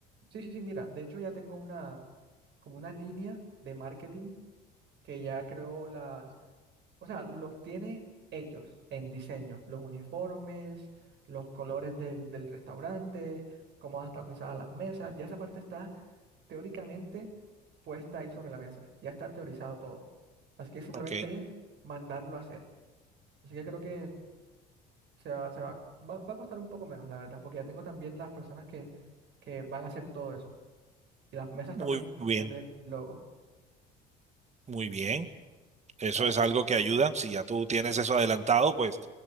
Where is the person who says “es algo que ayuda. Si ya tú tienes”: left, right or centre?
Right